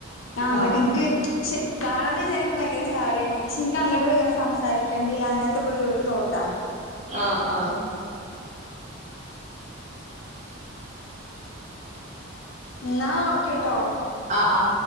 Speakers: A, on the left; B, on the right.
A: ആ അങ്ങട്ട്
B: ആഹ്
A: ഇന്ക്ക് പക്ഷെ കാണാണ്ട് വിചാരിക്കും ന്ക്ക് ഭയങ്കര ജാടയാണ് പക്ഷെ ന്ക്ക് അങ്ങട്ട് പോയി എങ്ങനെ സംസാരിക്കണ്ട അങ്ങനത്തെക്ക ഒരു തോട്ടാ.
B: ആ ആ
A: എന്നാ ഓക്കെ ട്ടോ
B: ആ ആ